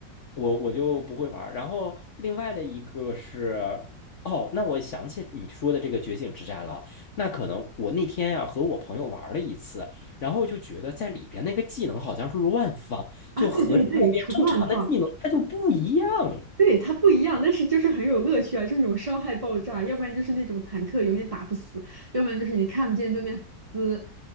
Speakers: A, on the left (about 50°); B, on the right (about 20°).
A: 我我就不会玩儿。然后另外的一个是，哦，那我想起你说的这个觉醒之战了。那可能我那天呀、和我朋友玩儿了一次，然后就觉得在里边那个技能好像是乱放，
B: 啊，
A: 就和外边正常的技能它就不一样。
B: 对对对，纯乱放，对它不一样，但是就是很有乐趣啊！这种伤害爆炸，要不然就是那种坦克永远打不死，要不然就是你看不见对面法师，